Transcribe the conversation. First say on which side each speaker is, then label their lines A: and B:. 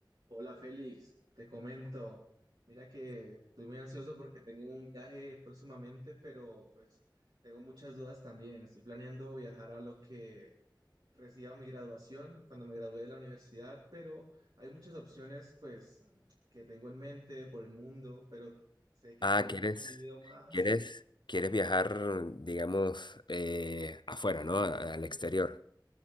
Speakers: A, on the right (about 70°); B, on the left (about 70°).
A: Hola Félix, te comento. Mira que estoy muy ansioso porque tengo un viaje próximamente, pero pues tengo muchas dudas también. Estoy planeando viajar a lo que reciba mi graduación cuando me gradúe de la universidad, pero hay muchas opciones pues que tengo en mente por el mundo, pero sé que
B: Ah,
A: tú
B: ¿quieres,
A: has vivido más.
B: quieres, quieres viajar, digamos, eh, afuera, ¿no? A- Al exterior.